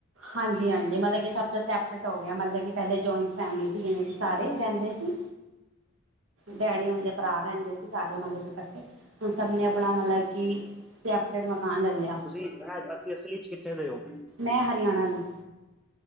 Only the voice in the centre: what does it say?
ਅੱਛਾ
ਅੱਛਾ
ਤੁਸੀਂ ਅਸਲ ਵਿੱਚ ਕਿੱਥੇ ਦੇ ਹੋ